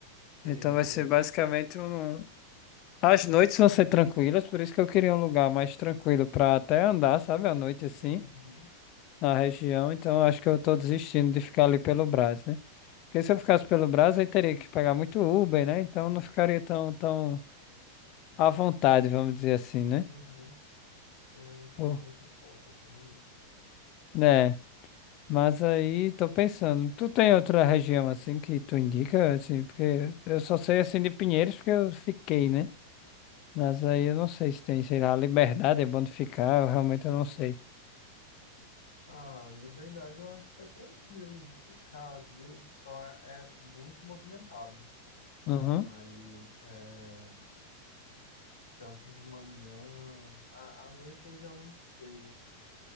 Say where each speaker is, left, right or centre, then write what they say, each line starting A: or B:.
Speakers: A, on the left; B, on the left.
A: Sei,
B: Então vai
A: sei.
B: ser basicamente um... As noites vão ser tranquilas, por isso que eu queria um lugar mais tranquilo para até andar, sabe? À noite, assim.
A: Uhum,
B: na região, então acho que eu tô desistindo de ficar ali pelo Brás, né? Porque se eu ficasse pelo Brás, aí teria que pagar muito Uber, né? Então não ficaria tão, tão à vontade, vamos dizer assim, né?
A: uhum. É, não fica
B: Pô,
A: muito em conta também, né?
B: né? Mas aí tô pensando, tu tem outra região assim que tu indica, assim, porque eu só sei assim de Pinheiros porque eu fiquei, né? Mas aí eu não sei se tem, sei lá, a Liberdade é bom de ficar, eu realmente eu não sei.
A: Ah, Liberdade eu acho que é tranquilo de ficar, viu? Só é muito movimentado
B: Uhum.
A: ali, é, tanto de manhã, à, à noite eu já não sei,